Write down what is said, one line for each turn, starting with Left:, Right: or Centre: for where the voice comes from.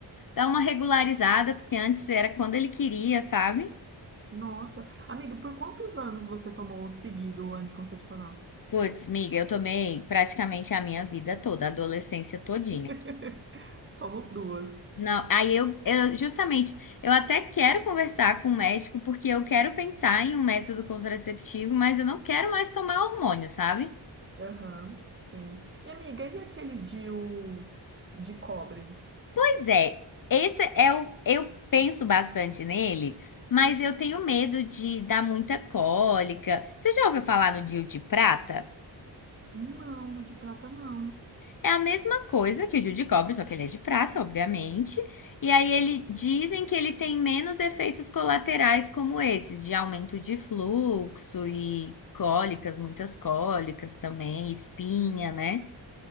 Left: dar uma regularizada, porque antes era quando ele queria, sabe?
Right: Nossa, amiga, por quantos anos você tomou seguido o anticoncepcional?
Left: Puts, miga, eu tomei praticamente a minha vida toda, a adolescência todinha.
Right: <laughs> Somos duas.
Left: Não, aí eu, eu justamente, eu até quero conversar com o médico porque eu quero pensar em um método contraceptivo, mas eu não quero mais tomar hormônio, sabe?
Right: Aham, sim. E, amiga, e aquele DIU de cobre?
Left: Pois é, esse é o, eu penso bastante nele, mas eu tenho medo de dar muita cólica. Você já ouviu falar no DIU de prata?
Right: Não, no de prata não.
Left: É a mesma coisa que o Gil de cobre, só que ele é de prata, obviamente. E aí ele dizem que ele tem menos efeitos colaterais como esses, de aumento de fluxo e cólicas, muitas cólicas também, espinha, né?